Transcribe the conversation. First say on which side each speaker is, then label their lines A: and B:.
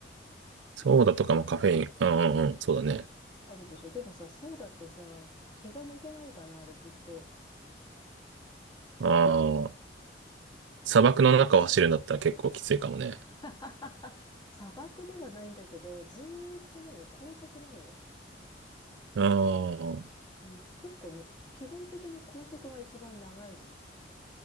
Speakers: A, on the right; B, on the left.
A: ソーダとかもカフェイン。うんうんうん、そうだね。
B: あるでしょでもさ、ソーダってさ、気が抜けないかなあれずっと。
A: あ
B: なんか
A: あ、砂漠の中を走るんだったら結構きついかもね。
B: <laughs> 砂漠ではないんだけど、ずーっと何、高速なのよ。
A: ああ、
B: うん、結構ね、基本的に高速が一番長いのね。